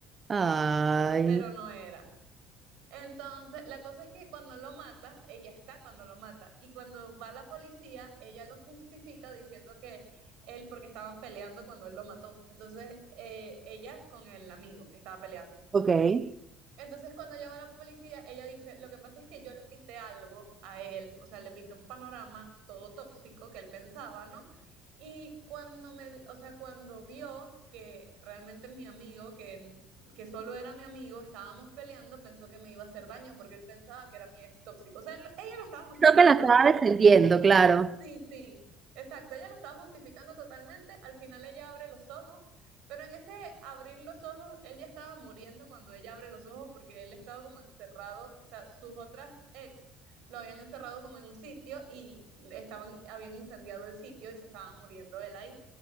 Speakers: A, on the right (about 35°); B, on the right (about 70°).
A: Ay,
B: pero no era. Entonces, la cosa es que cuando lo mata, ella está cuando lo mata, y cuando va la policía, ella lo justifica diciendo que él, porque estaban peleando cuando él lo mató. Entonces, eh, ella con el amigo estaba peleando.
A: ok. Creo
B: Entonces cuando llama a la policía, ella dice, lo que pasa es que yo le pinté algo a él, o sea, le pinté un panorama todo tóxico que él pensaba, ¿no? Y cuando me, o sea, cuando vio que realmente mi amigo, que, que solo era mi amigo, estábamos peleando, pensó que me iba a hacer daño porque él pensaba que era mi ex tóxico. O sea, él- ella lo estaba justificando
A: que la estaba defendiendo, claro.
B: Sí, sí, exacto. Ella lo estaba justificando totalmente. Al final ella abre los ojos, pero en ese abrir los ojos, él ya estaba muriendo cuando ella abre los ojos porque él estaba como encerrado, o sea, sus otras ex lo habían encerrado como en un sitio y estaban, habían incendiado el sitio y se estaba muriendo él ahí.